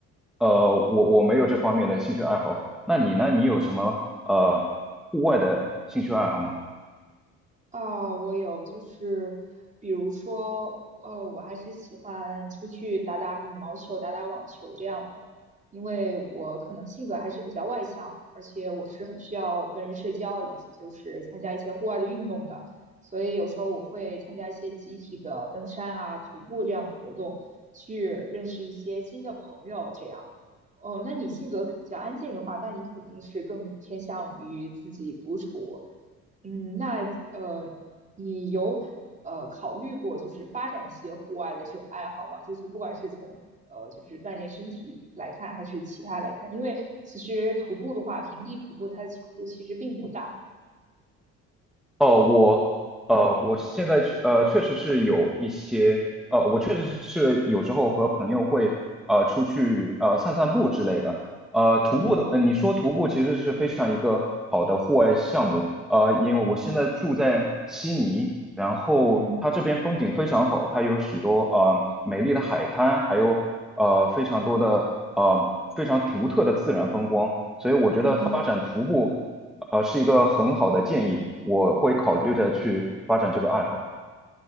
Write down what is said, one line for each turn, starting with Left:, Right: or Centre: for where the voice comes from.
Centre: 呃我我没有这方面的兴趣爱好。那你呢？你有什么呃户外的兴趣爱好吗？
Right: 啊，我有，就是比如说，呃，我还是喜欢出去打打羽毛球、打打网球这样的，因为我可能性格还是比较外向，而且我是很需要跟人社交，以及就是参加一些户外的运动的，所以有时候我会参加一些集体的登山啊、徒步这样的活动，去认识一些新的朋友，这样。哦，那你性格比较安静的话，那你肯定是更偏向于自己独处。嗯，那呃，你有呃考虑过就是发展一些户外的这种爱好吗？就是不管是从呃就是锻炼身体来看，还是其他来看，因为其实徒步的话，平地徒步它的强度其实并不大。
Centre: 哦，我呃，我现在确呃，确实是有一些呃，我确实是有时候和朋友会呃出去呃散散步之类的。呃，徒步的，
Right: 嗯
Centre: 呃，你说徒步其实是非常一个好的户外项目。呃，因为我现在住在悉尼，
Right: 嗯
Centre: 然后它这边风景非常好，
Right: 嗯
Centre: 它有许多呃美丽的海滩，还有呃非常多的呃非常独特的自然风光，所以我觉得发展徒步。
Right: 嗯。
Centre: 呃，是一个很好的建议，我会考虑着去发展这个爱好。